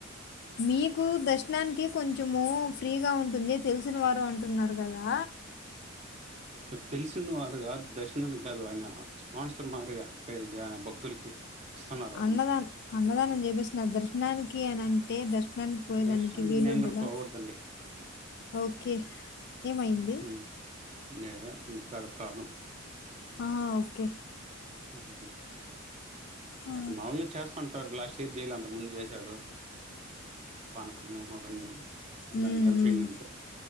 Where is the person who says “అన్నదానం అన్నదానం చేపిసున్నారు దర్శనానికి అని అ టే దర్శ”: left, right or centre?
Left